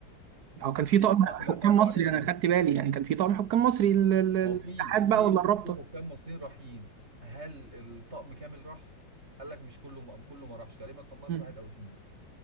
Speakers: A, on the right; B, on the right.
A: هو كان في
B: دي
A: طقم
B: من النقط
A: حكام
B: اللي اعترضوا
A: مصري
B: عليها
A: انا
B: برضه
A: خدت بالي يعني كان في طقم حكام مصري ال- ال- الاتحاد
B: ما هو في في
A: بقى ولا الرابطه
B: في حكام مصريين رايحين هل الطقم كامل راح؟ قال لك مش كله ما كله ما راحش تقريبا كان ناقص
A: مم.
B: واحد او اتنين